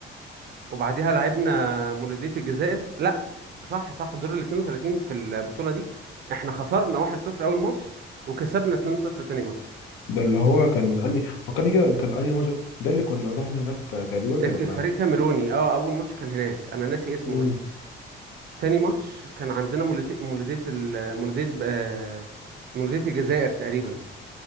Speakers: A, on the right; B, on the left.
A: وبعديها لعبنا مولودية الجزائر لا صح صح دور ال 32 في البطولة دي احنا خسرنا واحد صفر أول ماتش وكسبنا اتنين صفر تاني ماتش
B: ده اللي هو كان اني فكرني كده كان اني مج... ده اللي كنا رحنا هناك تقريبا
A: الج-
B: ولا
A: الفريق كاميروني اه أول ماتش كان هناك أنا ناسي اسمه
B: مم.
A: بس تاني ماتش كان عندنا مولودية مولودية ال- مولودية آه، مولودية الجزائر تقريبا